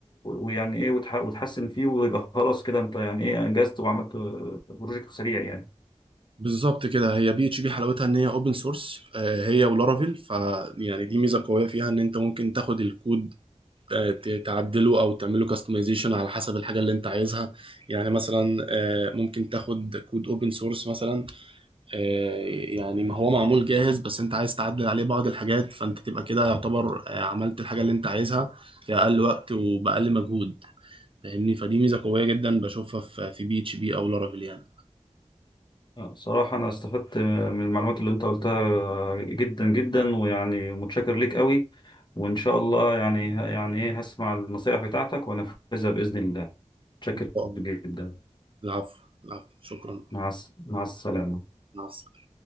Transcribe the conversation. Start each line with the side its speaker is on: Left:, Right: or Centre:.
Left: ويعني ايه وتح... وتحسن فيه ويبقى خلاص كده انت يعني ايه انجزت وعملت بروجكت سريع يعني
Right: بالظبط كده هي بي اتش بي حلاوتها ان هي اوبن سورس هي ولارافيل فيعني دي ميزه قويه فيها ان انت ممكن تاخد الكود ت- تعدله او تعمله كاستمايزيشن على حسب الحاجه اللي انت عايزها يعني مثلا آه، ممكن تاخد كود اوبن سورس مثلا آه، يعني ما هو معمول جاهز بس انت عايز تعدل عليه بعض الحاجات فانت تبقى كده يعتبر آه، عملت الحاجه اللي انت عايزها في اقل وقت وباقل مجهود فاهمني فدي ميزه قويه جدا بشوفها في في بي اتش بي او لارافيل يعني
Left: آه، صراحة انا استفدت من المعلومات اللي انت قلتها جدا جدا ويعني متشكر ليك قوي وان شاء الله يعني يعني ايه هسمع النصائح بتاعتك وانفذها بإذن الله متشكر
Right: إن شاء الله.
Left: جدا
Right: العفو العفو شكرا
Left: مع الس- مع السلامة
Right: مع السلامه